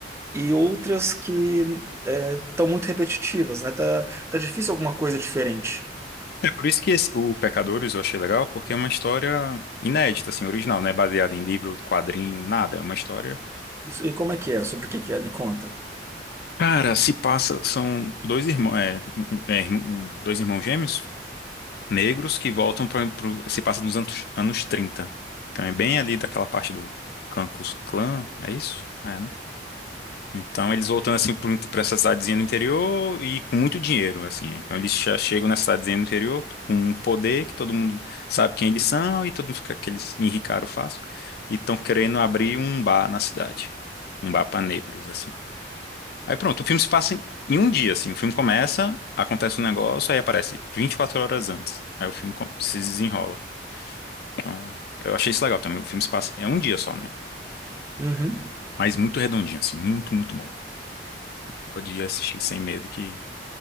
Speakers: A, on the right (about 15°); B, on the left (about 60°).
A: E outras que estão muito repetitivas, né? Tá, tá difícil alguma coisa diferente.
B: É por isso que esse- o Pecadores eu achei legal, porque é uma história inédita, assim, original, não é baseada em livro, quadrinho, nada, é uma história...
A: Isso- E como é que é? Sobre o que que é? Me conta.
B: Cara, se passa, são dois irmãos, é, é, é, irmão- dois irmãos gêmeos, negros, que voltam para se passa nos anos, anos 30, então é bem ali daquela parte do Ku Klux Klan, é isso? É, né? Então eles voltando assim para essa cidadezinha do interior e com muito dinheiro, assim. né? Então eles já chegam nessa cidadezinha do interior com um poder que todo mundo sabe quem eles são e todo mundo fica que eles enricaram fácil e estão querendo abrir um bar na cidade, um bar para negros, assim. Aí pronto, o filme se passa em, em um dia, assim. O filme começa, acontece um negócio, aí aparece 24 horas antes. Aí o filme com- se desenrola. Então eu achei isso legal também. O filme se passa é um dia só, né?
A: Uhum.
B: Mas muito redondinho, assim, muito, muito bom. Pode assistir sem medo que